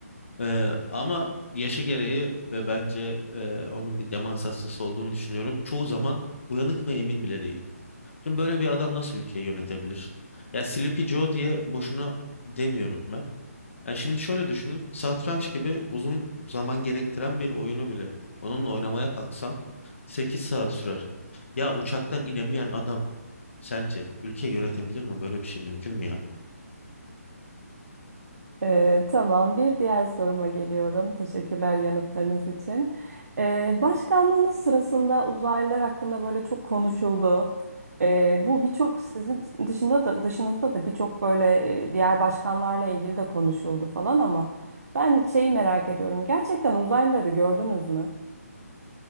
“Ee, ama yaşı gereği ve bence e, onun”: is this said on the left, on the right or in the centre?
Left